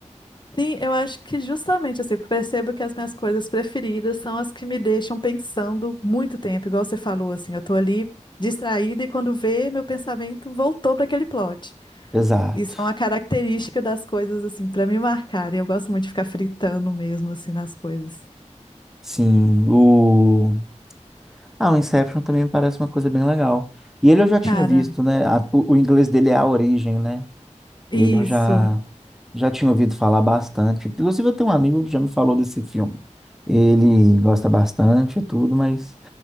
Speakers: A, on the left; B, in the centre.
A: Sim, eu acho que justamente assim, eu percebo que as minhas coisas preferidas são as que me deixam pensando muito tempo, igual você falou, assim, eu tô ali distraída e quando vê, meu pensamento voltou para aquele plot.
B: Exato.
A: Isso é uma característica das coisas, assim, para me marcarem. Eu gosto muito de ficar fritando mesmo, assim, nas coisas.
B: Sim, o... Ah, o Inception também me parece uma coisa bem legal. E ele eu já tinha
A: Cara,
B: visto, né? A- o, o inglês dele é a origem, né? Ele
A: isso,
B: eu já, já tinha ouvido falar bastante. Inclusive, eu tenho um amigo que já me falou desse filme. Ele gosta bastante e tudo, mas